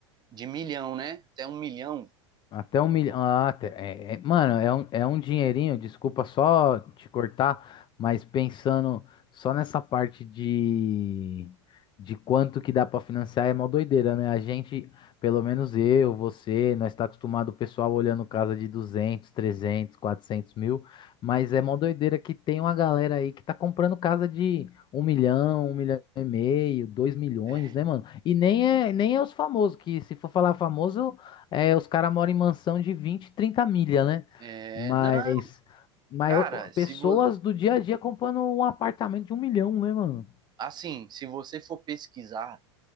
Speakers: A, on the right; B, on the left.
A: de milhão, né? Até um milhão.
B: Até um milhão. Ah, te- é- é- mano, é um, é um dinheirinho, desculpa só te cortar, mas pensando só nessa parte de, de quanto que dá pra financiar é mó doideira, né? A gente, pelo menos eu, você, nós tá acostumado o pessoal olhando casa de 200 300 400 mil, mas é mó doideira que tem uma galera aí que tá comprando casa de um milhão, um milhão e meio, dois milhões,
A: É,
B: né, mano? E nem é, nem é os famosos, que se for falar famoso. É, os caras moram em mansão de 20, 30 milha, né?
A: é,
B: Mas,
A: não,
B: mas
A: cara,
B: o- pessoas
A: se vo,
B: do dia a dia comprando um apartamento de um milhão, né, mano?
A: assim, se você for pesquisar,